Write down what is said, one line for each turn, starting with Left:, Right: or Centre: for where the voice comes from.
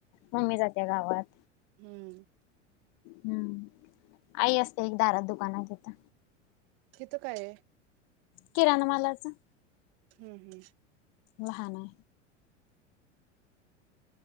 Left: मम्मी जाते गावात
Right: हम्म
Left: हम्म आई असते एक दारात दुकानात येत
Right: तिथं काय आहे
Left: किराणामालाचं
Right: हम्म हम्म
Left: लहान आहे